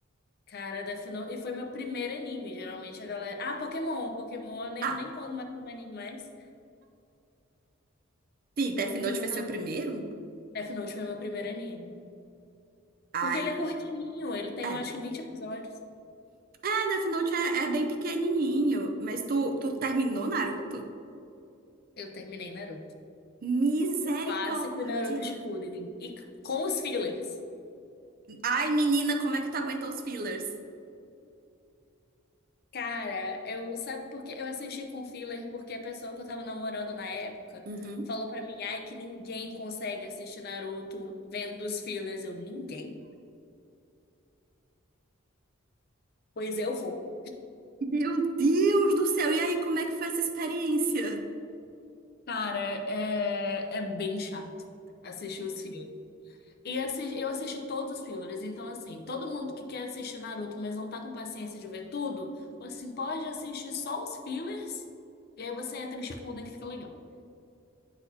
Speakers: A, on the left (about 50°); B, on the right (about 45°).
A: Cara, Death Note, e foi meu primeiro anime, geralmente a galera... Ah, Pokémon, Pokémon, eu nem,
B: Ah,
A: eu nem conto mais como anime mais,
B: sim, Death
A: mas
B: Note foi seu primeiro?
A: Death Note foi meu primeiro anime.
B: Ai,
A: Porque ele é curtinho, ele tem,
B: é.
A: eu acho que 20 episódios.
B: É, Death Note é, é bem pequenininho, mas tu, tu terminou Naruto?
A: Eu terminei Naruto.
B: Misericórdia!
A: Clássico e Naruto Shippuden. E com os fillers.
B: Ai, menina, como é que tu aguentou os fillers?
A: Cara, eu sabe porque eu assisti com filler porque a pessoa que eu tava namorando na época
B: Uhum.
A: falou pra mim, ai, que ninguém consegue assistir Naruto vendo os fillers. Eu, ninguém? Pois eu vou.
B: Meu Deus do céu, e aí, como é que foi essa experiência?
A: Cara, é, é bem chato assistir os fillers. E assi- eu assisti todos os fillers, então assim, todo mundo que quer assistir Naruto, mas não tá com paciência de ver tudo, assim, pode assistir só os fillers e aí você entra em Shippuden que fica legal.